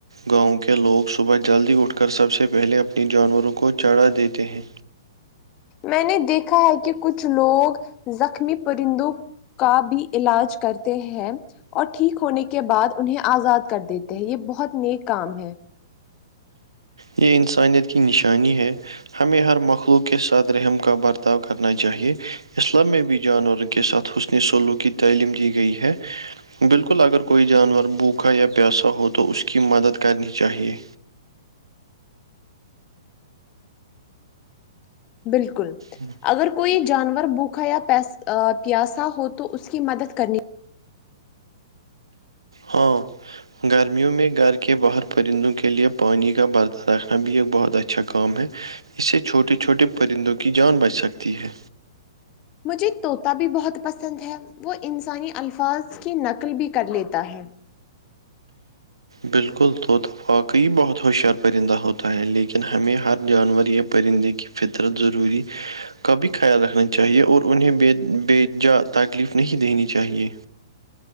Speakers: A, on the right (about 90°); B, on the left (about 35°).
A: گاؤں کے لوگ صبح جلدی اٹھ کر سب سے پہلے اپنی جانوروں کو چڑھا دیتے ہیں
B: میں نے دیکھا ہے کہ کچھ لوگ زخمی پرندوں کا بھی علاج کرتے ہیں اور ٹھیک ہونے کے بعد انہیں آزاد کر دیتے ہیں یہ بہت نیک کام ہے
A: یہ انسانیت کی نشانی ہے ہمیں ہر مخلوق کے ساتھ رحم کا برتاؤ کرنا چاہیے اسلام میں بھی جانور کے ساتھ حسنی سولو کی تعلیم دی گئی ہے بالکل اگر کوئی جانور بوکھا یا پیاسہ ہو تو اس کی مدد کرنی چاہیئے
B: بالکل
A: ہوں <unintelligible>
B: اگر کوئی جانور بھوکھا یا پیاسا ہو تو اس کی مدد کرنے
A: ہاں گرمیوں میں گھر کے باہر پرندوں کے لئے پانی کا برتاہ رکھنا بھی ایک بہت اچھا کام ہے اس سے چھوٹے چھوٹے پرندوں کی جان بچ سکتی ہے
B: مجھے طوطا بھی بہت پسند ہے وہ انسانی الفاظ کی نقل بھی کر لیتا ہے
A: بالکل توطفاق ہی بہت ہوشیار پرندہ ہوتا ہے لیکن ہمیں ہر جانور یہ پرندے کی فطرت ضروری کا بھی خیال رکھنا چاہیے اور انہیں بے بے جا تکلیف نہیں دینی چاہیے